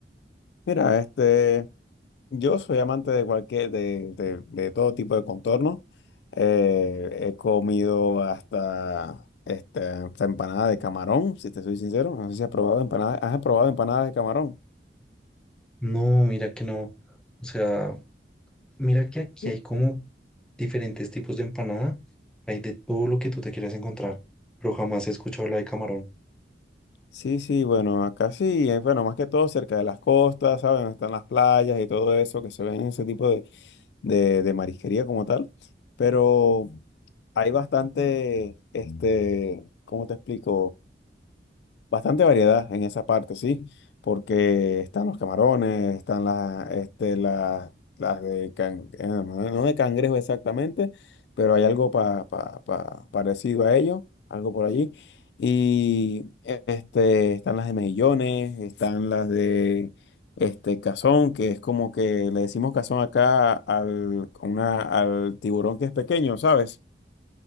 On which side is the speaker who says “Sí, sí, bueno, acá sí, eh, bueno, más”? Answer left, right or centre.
Left